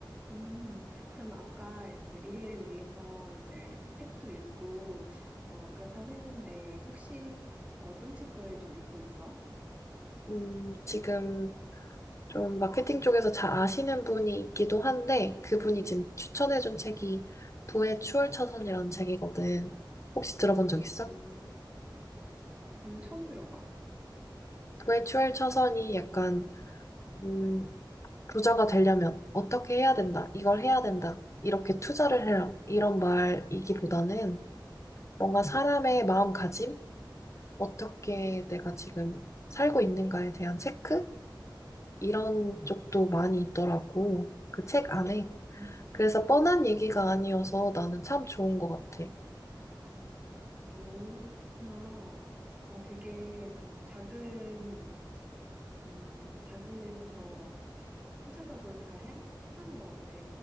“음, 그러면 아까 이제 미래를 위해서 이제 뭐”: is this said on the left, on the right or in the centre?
Right